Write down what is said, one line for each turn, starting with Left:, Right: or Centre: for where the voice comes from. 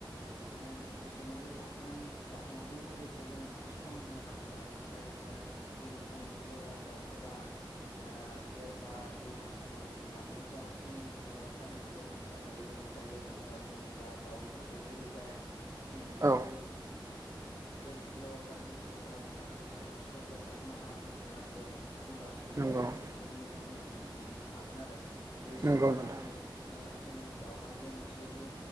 Left: बिथांमोन बिसोरनोबो जाहोनां जाहोनायजों लोगोसे जों माने स खम होनो नांगोन आरो जायफोर जोंनि ब्रयलार दाउफोरा ओ देर बा दुइ मासावनो जेनेबा मोजां तिन किल' सारि किल' ग्राहाम जानाय उजन जायो नाथाय जोंनि जा दाउफोर बेफोरदि जाया जों बेखौ
Right: औ
Left: देर किल' बा दुइ किल' खालामनो थाखायनो जोङो सय बा सात माहा जोंनो नांगोन होमबासो जों
Right: नंगौ
Left: बिसोरनिफ्राय मोजां उजानखौ मोननो हागोन आरो बेसिमाहालागै
Right: नंगौ नोंथां
Left: ओ जोंनि दाउवाजेन जेबो